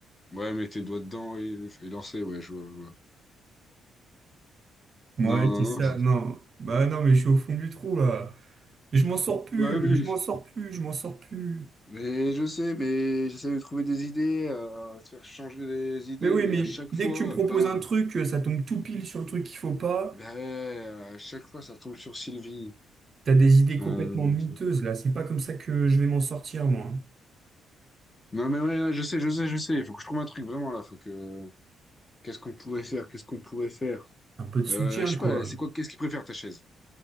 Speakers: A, on the left; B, on the right.
A: Ouais, mets tes doigts dedans et, et lancer, ouais, je vois, je vois.
B: Ouais,
A: Non, non,
B: c'est ça.
A: non.
B: Non, bah non, mais je suis au fond du trou là. Je m'en sors plus,
A: Ouais, mais...
B: je m'en sors plus, je m'en sors plus.
A: mais je sais, mais j'essaie de trouver des idées, euh, de faire changer les idées,
B: Mais oui,
A: mais
B: mais
A: à chaque
B: dès
A: fois,
B: que tu me proposes
A: bam.
B: un truc, euh, ça tombe tout pile sur le truc qu'il faut pas.
A: Ben, à chaque fois, ça tombe sur Sylvie.
B: T'as des idées complètement
A: Euh,
B: miteuses là. C'est pas comme ça que je vais m'en sortir moi.
A: Non, mais ouais, ouais, je sais, je sais, je sais. Il faut que je trouve un truc vraiment là. Faut que. Qu'est-ce qu'on pourrait faire? Qu'est-ce qu'on pourrait faire?
B: Un peu de soutien
A: Euh, je sais
B: quoi.
A: pas, c'est quoi, qu'est-ce qu'il préfère ta chaise?